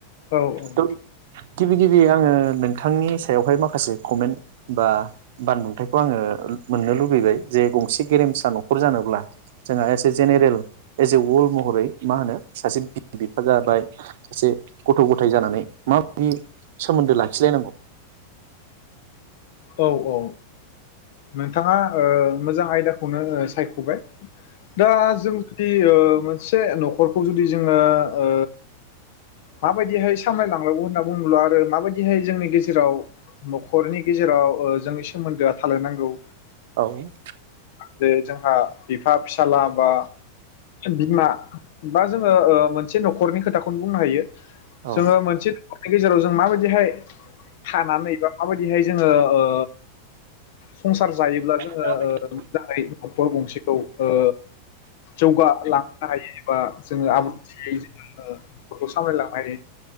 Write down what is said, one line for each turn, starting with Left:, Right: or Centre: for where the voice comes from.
Left: औ औ।
Right: थ' गिबि गिबि आङो नोंथांनि सायावहाय माखासे कमेन्ट बा बानबुंथाइखौ आङो मोननो लुबैबाय जे गंसे गेरेमसा न'खर जानोब्ला जोंहा as a general as a world महरै मा होनो सासे बिमा बिफा जाबाय सासे गथ' गथाय जानानै माबायदि सोमोन्दो लाखिलायनांगौ
Left: औ औ ओ नोंथाङा ओ मोजां आयदाखौनो सायख'बाय दा जों मोनसे न'खरखौ जुदि जोङो ओ माबायदिहाय सामलायलांनांगौ होनना बुङोब्ला आरो माबायदिहाय जोंनि गेजेराव न'खरनि गेजेराव जोंनि सोमोन्दोआ थालायनांगौ‌।
Right: औ
Left: बे जोंहा बिफा फिसाला बा बिमा बा जोङो ओ मोनसे न'खरनि खोथाखौनो बुंनो हायो।
Right: औ
Left: जोङो मोनसे न'खर गेजेराव जों माबायदिहाय थानानै एबा माबाय दिहाय जोङो ओ संसार जायोब्ला जोङो
Right: औ आदसा
Left: ओ मोजाङै न'खर गंसेखौ ओ जौगालांनो हायो एबा जोङो आब्रुथियै जोङो न'खरखौ सामलायलांनो हायो।